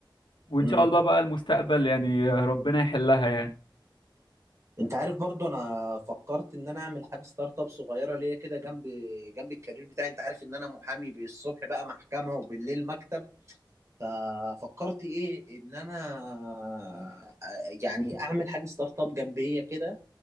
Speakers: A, on the left; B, on the right.
A: وان
B: مم.
A: شاء الله بقى المستقبل يعني ربنا يحلها يعني
B: انت عارف برضو انا فكرت ان انا اعمل حاجة ستارت اب صغيرة ليا كده جنب جنب الكارير بتاعي انت عارف ان انا محامي بالصبح بقى محكمة وبالليل مكتب ففكرت ايه ان انا يعني اعمل حاجه ستارت اب جنبيه كده